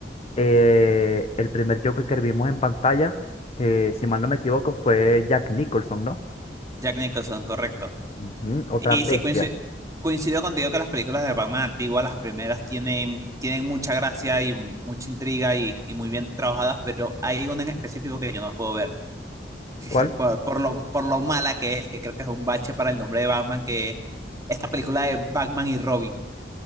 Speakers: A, on the left; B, on the right.
A: eh, el primer Joker que vimos en pantalla, que si mal no me equivoco fue Jack Nicholson, ¿no?
B: Jack Nicholson, correcto.
A: Ujú, otra
B: Y
A: bestia.
B: sí, coinci- coincido, contigo que las películas de Batman antiguas, las primeras, tienen, tienen mucha gracia y mucha intriga y, y muy bien trabajadas, pero hay una en específico que yo no puedo ver, <laughs>
A: ¿Cuál?
B: que por, por lo, por lo mala que es, que creo que es un bache para el nombre de Batman, que es esta película de Batman y Robin.